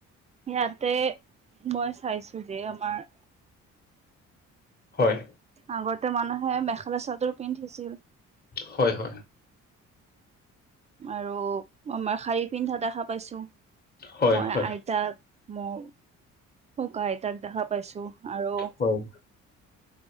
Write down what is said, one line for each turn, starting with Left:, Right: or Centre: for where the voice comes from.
Right: ইয়াতে মই চাইছো যে আমাৰ।
Left: হয়।
Right: আগতে মানুহে মেখেলা চাদৰ পিন্ধিছিল।
Left: হয় হয়।
Right: আৰু আমাৰ শাৰী পিন্ধা দেখা পাইছো
Left: হয়
Right: মই
Left: হয়
Right: আইতাক। মোৰ শুকা আইতাক দেখা পাইছো আৰু।
Left: হয়